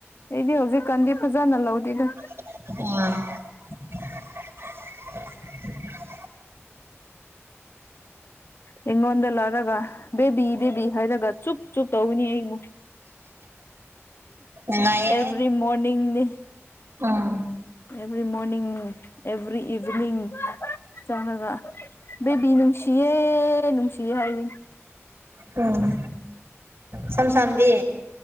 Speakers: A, on the left (about 55°); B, on the right (about 60°).
A: ꯏꯗꯤ ꯍꯧꯖꯤꯛꯀꯥꯟꯗꯤ ꯐꯖꯅ ꯂꯧꯗꯦꯗ
B: ꯎ
A: ꯑꯩꯉꯣꯟꯗ ꯂꯧꯔꯒ ꯕꯦꯕꯤ ꯕꯦꯕꯤ ꯍꯥꯏꯔꯒ ꯆꯨꯞ ꯆꯨꯞ ꯇꯧꯅꯤ ꯑꯩꯃꯨꯛ
B: ꯅꯨꯡꯉꯥꯏꯌꯦꯍꯦ
A: ꯑꯦꯕꯔꯤ ꯃꯣꯔꯅꯤꯡꯅꯤ
B: ꯎꯝ
A: ꯑꯦꯕ꯭ꯔꯤ ꯃꯣꯔꯅꯤꯡ ꯑꯦꯚꯔꯤ ꯏꯚꯅꯤꯡ ꯆꯪꯉꯒ ꯕꯤ ꯅꯨꯡꯁꯤꯌꯦ ꯅꯨꯡꯁꯤꯌꯦ ꯍꯥꯏꯔꯤꯡ
B: ꯎꯝ ꯁꯝꯁꯥꯟꯗꯤ